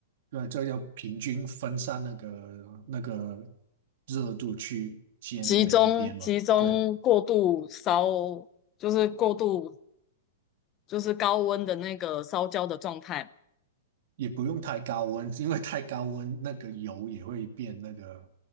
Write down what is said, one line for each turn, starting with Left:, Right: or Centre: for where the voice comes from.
Right: 对啊，这要平均分散那个那个热度去煎每一边嘛。
Left: 集中集中过度烧，
Right: 对啊。
Left: 就是过度就是高温的那个烧焦的状态嘛。
Right: 也不用太高温，因为太高温那个油也会变那个